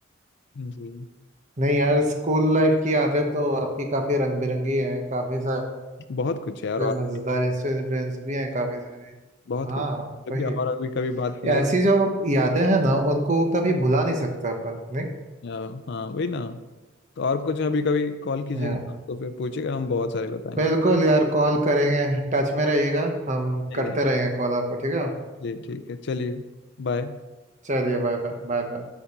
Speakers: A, on the left; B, on the right.
A: जी
B: नहीं यार स्कूल लाइफ की यादें तो आपकी काफी रंग बिरंगी हैं काफी सारे
A: बहुत कुछ है यार और
B: मजेदार इंसिडेंट्स भी हैं काफी सारे
A: बहुत
B: हाँ
A: कुछ जबकि
B: वही
A: और अभी कभी बात कीजिएगा
B: ऐसी
A: तो
B: जो यादें हैं ना उनको कभी भुला नहीं सकते अपन नहीं
A: या हाँ वही ना तो और कुछ अभी कभी कॉल कीजिएगा
B: हाँ,
A: तो फिर पूछिएगा हम बहुत सारे बताएंगे
B: बिल्कुल यार कॉल करेंगे टच में रहिएगा हम
A: ठीक
B: करते
A: है
B: रहेंगे कॉल आपको ठीक है
A: जी ठीक है चलिए बाय
B: चलिए बाय बाय बाय बाय